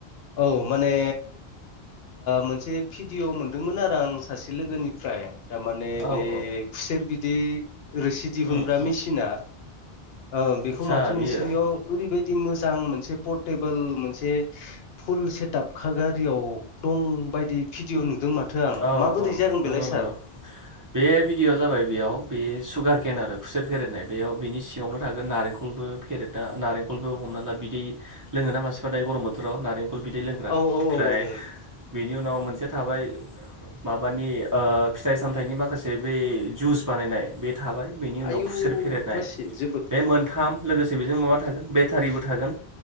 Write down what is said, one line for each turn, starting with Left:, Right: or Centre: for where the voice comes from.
Left: आव औ माने मोनसे भिडिअ मोनदोंमोन आरो आं सासे लोगोनिफ्राय थारमाने
Right: औ
Left: बे
Right: औ
Left: खुसेर बिदै रोसि दिहुनग्रा
Right: उम उम
Left: मिसिना औ बेखौ
Right: आदसा
Left: माथो नोंसोरनियाव
Right: बियो
Left: ओरैबायदि मोजां मोनसे पर्टेबोल मोनसे फुल सेटआप खागारियाव दं बायदि भिडिय' नुदों माथो आं
Right: औ
Left: माबोरै
Right: औ
Left: जागोन
Right: नंगौ
Left: बेलाय सार?
Right: नंगौ बे भिडिय'आ जाबाय बेयाव बे सुगार केन आरो खुसेर फेरेदनाय बेयाव बिनि सिङावनो थागोन नारेंखलबो फेरेद दा नारेंखलबो हमना ला बिदै लोङोना मानसिफ्रा दायो गरम बोथोराव नारें खल बिदै लोंग्रा
Left: औ
Right: ओमफ्राय
Left: औ औ औ
Right: बेनि उनाव मोनसेया थाबाय माबानि ओ फिथाइ सामथायाइनि माखासे बे जुस बानायनाय बे थाबाय बेनि उनाव
Left: आयु
Right: खुसेर फेरेदनाय
Left: मासि जोबोद
Right: बे मोनथाम लोगोसे बेजों माबा थागोन बेटारिबो थागोन